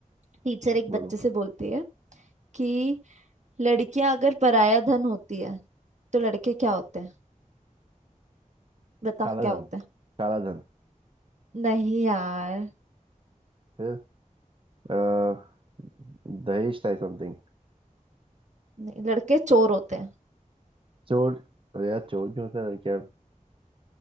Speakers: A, on the right; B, on the right.
A: टीचर एक
B: बोलो
A: बच्चे से बोलती है कि लड़कियां अगर पराया धन होती है तो लड़के क्या होते हैं बता
B: काला
A: क्या होते
B: धन
A: हैं
B: काला धन
A: नहीं यार
B: फिर अ, दहेज था समथिंग
A: नहीं लड़के चोर होते हैं
B: चोर अरे यार चोर भी होता है क्या